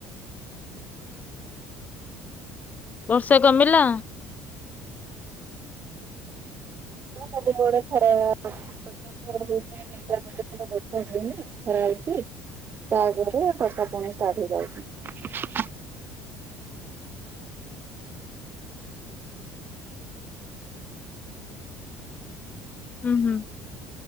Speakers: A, on the left; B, on the right.
A: ବର୍ଷା କମିଲା?
B: <unintelligible> କମୁନି ଖରା ହେଉଛି। ତାପରେ ବର୍ଷା ପୁଣି ଷ୍ଟାର୍ଟ ହେଇଯାଉଚି ।
A: ହୁଁ ହୁଁ